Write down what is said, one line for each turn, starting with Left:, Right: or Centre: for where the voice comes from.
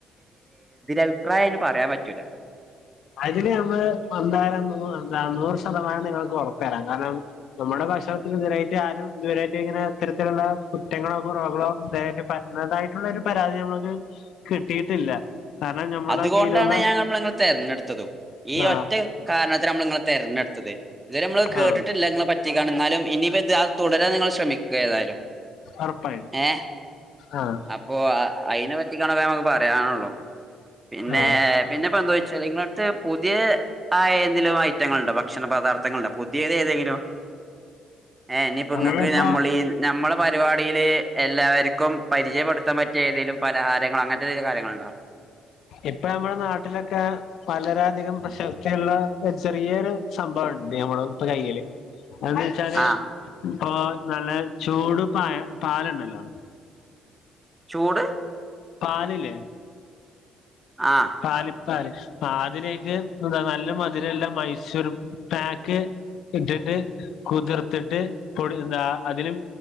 Right: അഭിപ്രായം പറയാൻ പറ്റൂല
Left: അതില് നമ്മള് അന്താലം നോ നൂറ് ശതമാനം നിങ്ങൾക്ക് ഉറപ്പ് തരാം കാരണം നമ്മുടെ ഭക്ഷണത്തിൽ ദരായിട്ട് ആരും ദൂരായിട്ട് ഇങ്ങനെ ഇരത്തിലുള്ള കുറ്റങ്ങളോ കുറവകളോ <unintelligible> പറഞ്ഞതായിട്ടുള്ള ഒരു പരാതി നമ്മുക്ക് കിട്ടിയിട്ടില്ല കാരണം ഞമ്മളുടെ
Right: അതുകൊണ്ടാണ്
Left: കീഴിലുള്ള
Right: ഞാൻ <unintelligible> െരഞ്ഞെടുത്തും ഈ
Left: ആഹ്
Right: ഒറ്റ കാരണത്തിൽ നമ്മൾ ഇങ്ങൾ തെരഞ്ഞെടുത്തത് ഇതി നമ്മള് കേട്ടിട്ടില്ലെ
Left: ആഹ്
Right: പറ്റി എന്നാലും ഇനി അത് തുടരാൻ നിങ്ങൾ ശ്രമിക്കും തായാല
Left: ഉറപ്പായും
Right: ഏഹ്
Left: ആഹ്
Right: അപ്പോ അതിനെ പറ്റി കാണക്കമക്ക് പറ ണല്ലോ പിന്നെ
Left: ആഹ്
Right: പിന്നെപ്പോ എന്താച്ചാൽ നിങ്ങളടുത്ത് പുതിയ ആ <inaudible> ഐറ്റങ്ങളൾ ഉണ്ടോ ഭക്ഷണ പദാർഥങ്ങളുണ്ടോ പുതിയത് ഏതെങ്കിലും. ഏ ഇനിയിപ്പോ
Left: നമ്മളിപ്പോ
Right: ഇങ്ങക്ക് നമ്മളീ നമ്മളെ പരിപാടിൽ എല്ലാവർക്കും പരിചയപ്പെടുത്താൻ പറ്റിയ ഏതെലുംലഹാരങ്ങ അങ്ങനത്തെന്തില കയങ്ങളൾ ഉണ്ടോ
Left: ഇപ്പൊ നമ്മുടെ നാട്ടിലൊക്കെ വളരധികം പ്രശ്ന ക്കെള്ള ഒരു ചെറിയരു സംഭവംണ്ട് നമ്മള് ഇപ്പ കയ്യില് അത് എന്തച്ചാല്
Right: ആഹ്
Left: ഇപ്പൊ നല്ല ചൂട് പായ പാലുണ്ടല്ലോ
Right: ചൂട്
Left: പാലില്ലേ
Right: ആഹ്
Left: പല് ആ ലെ അതിലേക്ക് എന്താ നല്ല മധുരംല്ല മൈസൂർ പാക്ക് ഇട്ടിട്ട് കുതിർത്തിട്ട് പൊടി എന്താ അതിലും